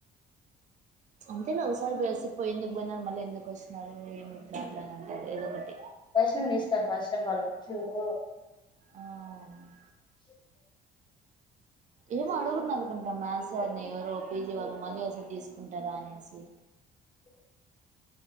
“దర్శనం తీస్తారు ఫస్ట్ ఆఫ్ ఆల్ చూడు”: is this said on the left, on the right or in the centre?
Left